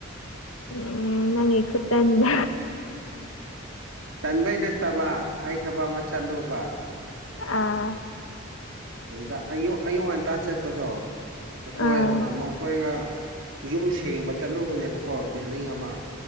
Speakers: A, on the left; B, on the right.
A: ꯎꯝ ꯅꯪꯒꯤ ꯈꯨꯠꯇꯟꯗꯣ
B: ꯇꯟꯕꯩ ꯅꯠꯇꯕ ꯑꯩ ꯊꯕꯛ ꯑꯃꯥ ꯆꯠꯂꯨꯕ
A: ꯑꯥ
B: ꯑꯗꯨꯗ ꯑꯌꯨꯛ ꯑꯌꯨꯛ ꯉꯟꯇꯥ ꯆꯠꯄꯗꯣ ꯑꯩꯈꯣꯏ
A: ꯑꯥ
B: ꯃꯥ ꯃꯣꯈꯣꯏꯒ ꯌꯨꯝ ꯁꯦꯡꯕ ꯆꯠꯂꯨꯕꯅꯦꯕ ꯀꯣ ꯕꯤꯜꯗꯤꯡ ꯑꯃꯥ